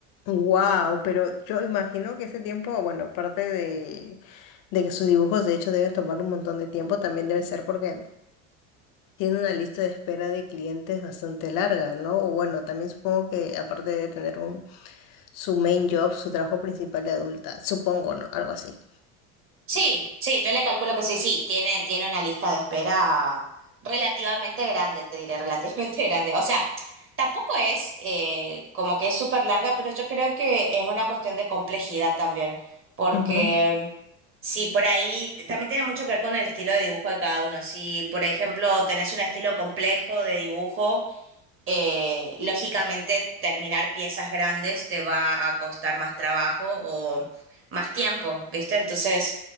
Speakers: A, on the left; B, on the right.
A: Wow, pero yo imagino que ese tiempo, bueno, aparte de de que sus dibujos de hecho deben tomar un montón de tiempo, también debe ser porque tiene una lista de espera de clientes bastante larga, ¿no? O bueno, también supongo que aparte de tener un, su main job, su trabajo principal de adulta, supongo, ¿no? Algo así.
B: Sí, sí, yo le calculo que sí, sí, tiene, tiene una lista de espera relativamente grande, te diré, <laughs> relativamente grande. O sea, tampoco es eh, como que es súper larga, pero yo creo que es una cuestión de complejidad también, porque
A: Ujú.
B: sí, por ahí t- también tiene mucho que ver con el estilo de dibujo de cada uno. Si, por ejemplo, tenés un estilo complejo de dibujo, eh, lógicamente, terminar piezas grandes te va a costar más trabajo o más tiempo, ¿viste? Entonces,